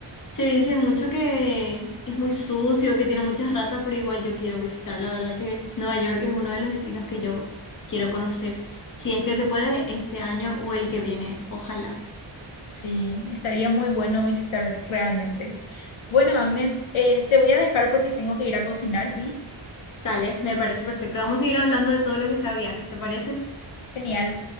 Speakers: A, on the left; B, on the left.
A: se dice mucho que es muy sucio, que tiene muchas ratas, pero igual yo quiero visitar. La verdad que Nueva York es uno de los destinos que yo quiero conocer. Si es que se puede este año o el que viene, ojalá.
B: Sí, estaría muy bueno visitar realmente. Bueno, Agnes, eh, te voy a dejar porque tengo que ir a cocinar, ¿sí?
A: Dale, me parece perfecto. Vamos a ir hablando de todo lo que sea viajes, ¿te parece?
B: Genial.